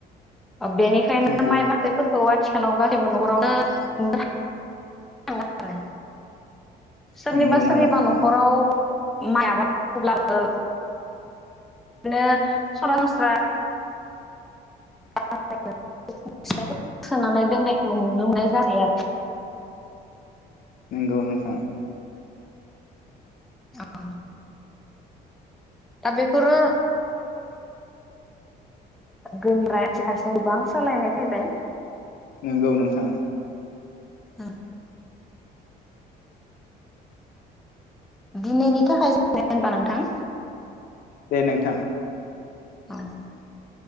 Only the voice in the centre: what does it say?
ओ बेनिखायनो
माइ बाख्रिफोरखौहाय आथिखालाव गासैबो नखरावनो <inaudible> आरो। सोरनिबा
सोरनिबा
नखराव माइ आबाद <unintelligible> ब्लाबो बिदिनो सरासनस्रा <inaudible> सोनानै दोननायखौ नुनो मोननाय जायो आरो खि।
औ। दा बेफोरो गोनद्राया आथिखालसिम गोबां सोलायनाय फैबाय।
औ। दिनैनि थाखाय जा <unintelligible> होनबा नोंथां?
<inaudible>